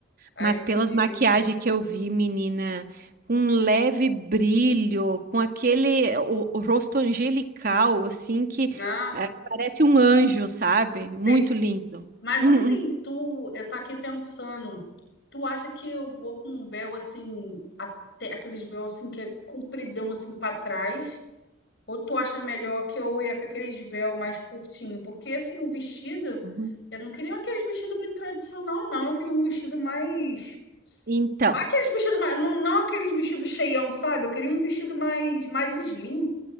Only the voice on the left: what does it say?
Aí
sim
mesmo.
Ah,
sei.
Mas
assim, tu, eu tô aqui pensando, tu acha que eu vou com um véu assim, até aqueles véu assim que é compridão assim pra trás? Ou tu acha melhor que eu ia com aqueles véu mais curtinho? Porque assim, o vestido,
eu não queria aqueles vestidos muito tradicional, não. Eu queria um vestido mais.
Aqueles vestidos mais. Não, não aqueles vestidos cheião, sabe? Eu queria um vestido mais, mais slim,